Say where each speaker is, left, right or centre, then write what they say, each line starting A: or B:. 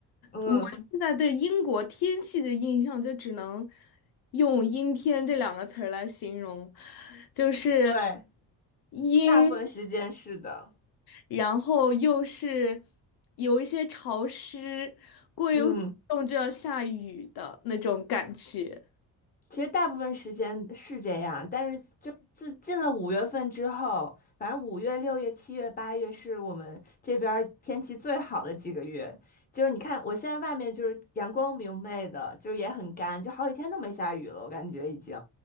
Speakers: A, on the left; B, on the left.
A: 嗯，
B: 我现在对英国天气的印象就只能用“阴天”这两个词儿来形容，就是
A: 对，
B: 阴，
A: 大部分时间是的。
B: 然后又是有一些潮湿，过一会儿动就要下雨的那种感觉。
A: 嗯。其实大部分时间是这样，但是就是自进了五月份之后，反正五月、六月、七月、八月是我们这边儿天气最好的几个月。就是你看，我现在外面就是阳光明媚的，就是也很干，就好几天都没下雨了，我感觉已经。